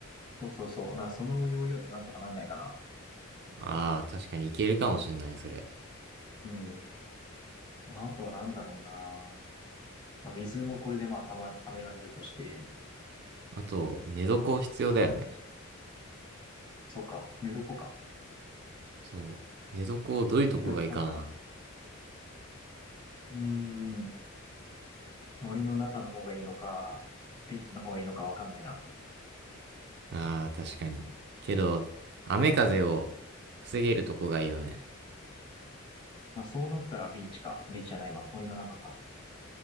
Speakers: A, on the left; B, on the right.
A: そうそうそう。だからその要領でなんとかなんないかな。
B: ああ、確かにいけるかもしんない、それ。
A: うん。まあ、あとはなんだろうな。まあ、水もこれでまあ、たまり、貯められるとして。
B: あと、寝床必要だよね。
A: そうか。寝床か。
B: そう。寝床どういうとこがいいかな。
A: 寝床は、うーん。森の中の方がいいのか、ビーチの方がいいのかわかんないな。
B: ああ、確かに。けど、雨風を防げるとこがいいよね。
A: まあそうなったらビーチか。ビーチじゃないわ。森の中か。